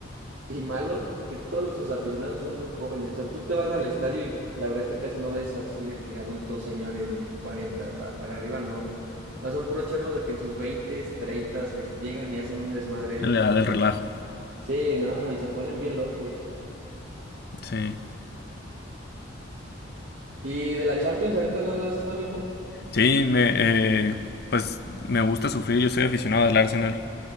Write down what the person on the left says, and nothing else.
En la edad del relajo.
Sí.
Sí, me, eh, pues me gusta sufrir. Yo soy aficionado al Arsenal